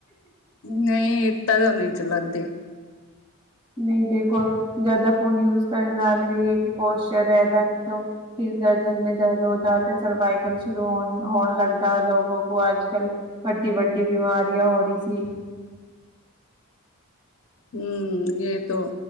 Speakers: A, on the left; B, on the right.
A: ਨਹੀਂ ਇੱਤਾ ਤਾ ਨਹੀਂ ਚ ਲੱ ਦੇ
B: ਨਹੀਂ ਦੇਖੋ ਜਿਆਦਾ ਫੋਨ ਯੂਜ ਕਰਨ ਨਾਲ ਵੀ ਪੋਸ਼ਚਰ ਰਦਾ ਨਹੀਂ ਫਿਰ ਸਰਰਜਨ ਮੈਂ ਦਰਦ ਹੋਦਾ ਤੇ <unintelligible> ਸਰਵਾਈਕਲ ਸ਼ੁਰੂ ਹੋ ਹੋਣ ਲੱਗਦਾ ਲੋਗੌ ਕੋ ਆਜ, ਕਲ ਵੱਡੀ ਵੱਡੀ ਬਿਮਾਰੀਆਂ ਹੋ ਰਹੀ ਸੀ
A: ਹਮ ਏ ਤੋਂ